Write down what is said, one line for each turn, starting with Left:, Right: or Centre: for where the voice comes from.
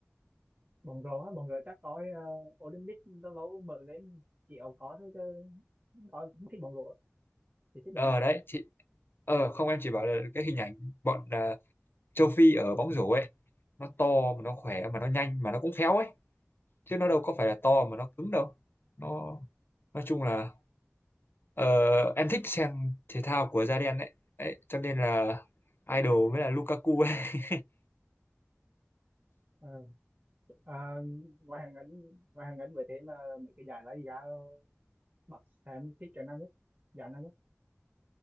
Right: bóng rổ á, bóng rổ chắc có uh, Olympic lâu lâu mở lên chỉ có có thôi chứ coi không thích bóng rổ chỉ thích
Left: ờ
Right: bóng đá
Left: đấy
Right: thôi
Left: chị ờ không em chỉ bảo là cái hình ảnh bọn à, châu Phi ở bóng rổ ấy nó to mà nó khỏe mà nó nhanh mà nó cũng khéo ấy chứ nó đâu có phải là to
Right: ừ.
Left: mà nó cứng đâu nó nói chung là Ờ, em thích xem thể thao của da đen đấy. Đấy, cho nên là Idol mới là Lukaku ấy. <laughs>
Right: à, à, ngoài hàng ngắn ngoài hàng ngắn với thế mà mấy cái giải đó thì ra Bắc em thích cái nào nhất giải nào nhất